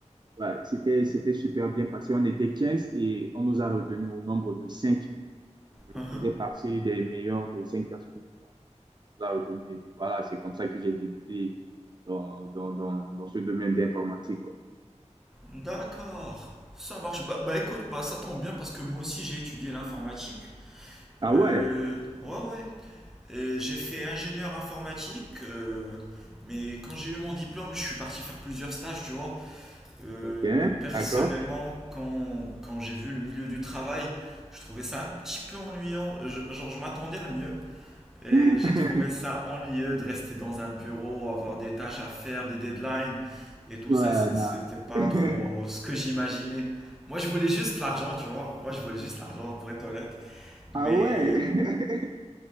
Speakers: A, on the right (about 35°); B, in the centre.
A: Ouais, c'était, c'était super bien passé. On était 15 et on nous a retenus au nombre de cinq Je
B: Mhm.
A: faisais partie des meilleurs des 5 personnes qu'on nous a retenus. Et puis voilà, c'est comme ça que j'ai débuté dans, dans, dans, dans ce domaine d'informatique, quoi.
B: D'accord, ça marche. Bah, bah écoute, bah ça tombe bien parce que moi aussi j'ai étudié l'informatique.
A: Ah
B: Euh,
A: ouais,
B: ouais, ouais. Et j'ai fait ingénieur informatique, euh, mais quand j'ai eu mon diplôme, je suis parti faire plusieurs stages, tu vois. Euh,
A: ok,
B: mais personnellement,
A: d'accord.
B: quand, quand j'ai vu le milieu du travail, je trouvais ça un petit peu ennuyant. Je- genre, je m'attendais à mieux. Et
A: <laughs>
B: j'ai trouvé ça ennuyeux de rester dans un bureau, avoir des tâches à faire, des deadlines et tout
A: Ouais,
B: ça. c'est-
A: non.
B: C'était pas
A: <laughs>
B: trop ce que j'imaginais. Moi, je voulais juste l'argent, tu vois. Moi, je voulais juste l'argent, pour être honnête. Mais,
A: Ah ouais. <laughs>